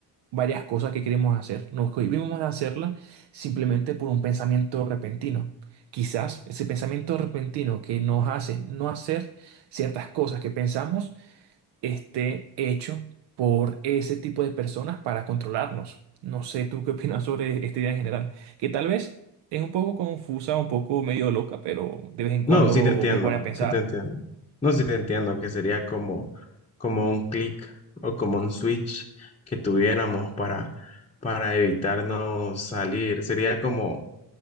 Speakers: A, on the right; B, on the left.
A: varias cosas que queremos hacer, nos cohibimos de hacerlas simplemente por un pensamiento repentino. Quizás ese pensamiento repentino que nos hace no hacer ciertas cosas que pensamos esté hecho por ese tipo de personas para controlarnos. No sé tú qué opinas sobre esta idea en general, que tal vez es un poco confusa, un poco medio loca, pero de vez en cuando
B: No, sí te entiendo,
A: me pone a pensar.
B: sí te entiendo. No, sí te entiendo que sería como, como un clic o como un switch que tuviéramos para, para evitarnos salir. Sería como